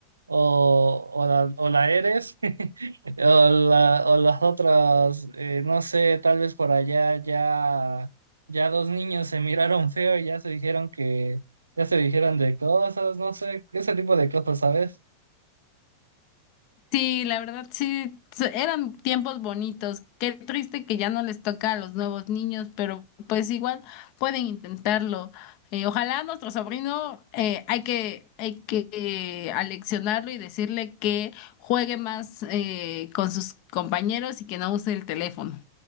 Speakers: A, on the right; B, on the left.
A: o, o la, o la eres, <laughs> o, la- o las otras, eh, no sé, tal vez por allá ya, ya dos niños se miraron feo y ya se dijeron ya se dijeron de cosas, no sé, ese tipo de cosas, ¿sabes?
B: Sí, la verdad sí, so- eran tiempos bonitos. Qué triste que ya no les toca a los nuevos niños, pero pues igual pueden intentarlo. Eh, ojalá nuestro sobrino, eh, hay que, hay que eh, aleccionarlo y decirle que juegue más eh, con sus compañeros y que no use el teléfono.